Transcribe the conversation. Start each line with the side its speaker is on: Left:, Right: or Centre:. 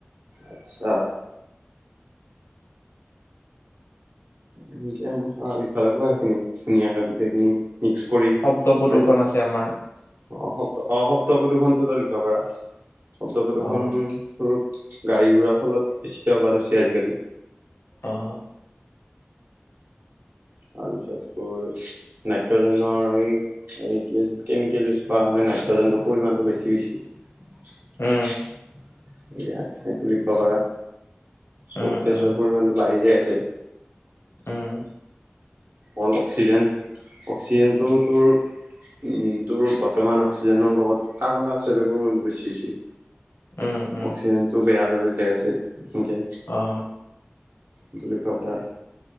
Right: আচ্ছা এনকে আ লিখবা লাগব আৰ সেইখিনি ধুনীয়াকে গোটেইখিনি মিক্স কৰি
Left: শব্দ প্ৰদূৰ্ষন
Right: তাৰপিছত
Left: আছে আমাৰ
Right: অ শব্দ অ শব্দ প্ৰদূষণটোতো লিখবা পাৰা শব্দ প্ৰদূষণটোৰ
Left: অ
Right: গাড়ী ঘোৰাৰ ফলত বেছিকে অভাৰ হৈছে আজিকালি
Left: অহ
Right: তাৰপিছত তোৰ নাইট্ৰজেনৰ এই এই কি আছিল কেমিকেল ইউজ কৰা কাৰণে নাইট্ৰজেনৰ পৰিমাণটো বেছি হৈছে <inaudible>
Left: উম
Right: এইয়া সেইটো লিখিব পাৰা চব
Left: উম
Right: গেছৰ
Left: উম
Right: পৰিমাণটো বাঢ়ি যায় আছে
Left: উম
Right: অল অক্সিজেন অক্সিজেনটো তোৰ উম তোৰ বৰ্তমান অক্সিজেনৰ লগত কাৰ্বন ডাই অক্সাইডৰ পৰিমাণটো বেছি হৈছে
Left: উম উম
Right: অক্সিজেনটো বেয়া হৈ যায় আছে এনেকে
Left: অ
Right: এইটো লিখিব পাৰা